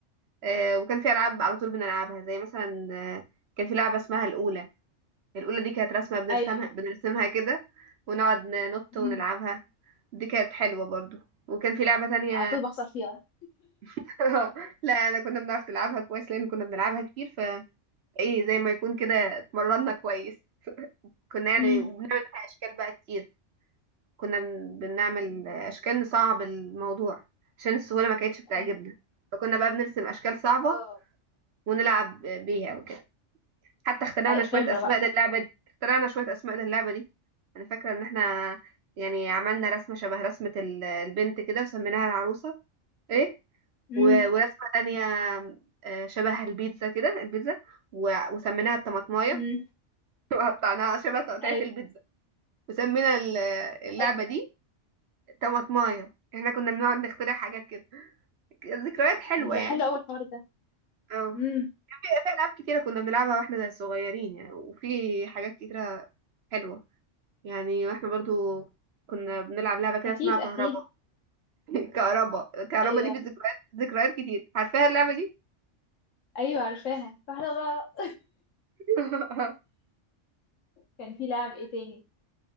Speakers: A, on the right; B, on the left.
A: آه وكان في ألعاب على طول بنلعبها زي مثلا آه كان في لعبة اسمها الأولى الأولى دي كانت رسمة بنرسمها
B: ايوه
A: بنرسمها كده ونقعد ننط
B: مم.
A: ونلعبها دي كانت حلوة برضو وكان في لعبة تانية
B: على طول بخسر فيها
A: <laughs> لا أنا كنا بنعرف نلعبها كويس لأن كنا بنلعبها كتير ايه زي ما يكون كده اتمرنا كويس <laughs> كنا يعني
B: <laughs> مم.
A: وبنعمل بقى اشكال بقى كتير كنا بن- بنعمل اشكال نصعب الموضوع عشان السهوله ما كانتش بتعجبنا
B: ايوه
A: فكنا بقى بنرسم اشكال صعبه
B: اه
A: ونلعب بيها وكده حتى اخترعنا
B: أي
A: شويه
B: خبره
A: اسماء
B: بقى
A: للعبه دي اخترعنا شويه اسماء للعبه دي انا فاكره ان احنا يعني عملنا رسمه شبه رسمه ال- البنت كده وسميناها العروسه ايه
B: امم
A: و- ورسمه تانية آه، شبه البيتزا كده البيتزا و- وسميناها الطماطمايه
B: امم
A: <laughs> وقطعناها شبه تقطيعة
B: ايوه
A: البيتزا وسمينا ال- اللعبة
B: حلو
A: دي طماطماية احنا كنا بنقعد نخترع حاجات كده ذكريات حلوة
B: ده ده
A: يعني
B: حلو اول الحوار ده
A: اه
B: امم
A: في في ألعاب كتيرة كنا بنلعبها واحنا صغيرين يعني وفي حاجات كتيرة حلوة يعني واحنا برضو كنا بنلعب لعبة كده
B: اكيد
A: اسمها كهربا
B: اكيد
A: <laughs> كهربا كهربا
B: ايوه
A: دي في ذكريات ذكريات كتير عارفاها اللعبة دي
B: ايوه عارفاها فاحنا بقى
A: <laughs>
B: كان في لعب ايه تاني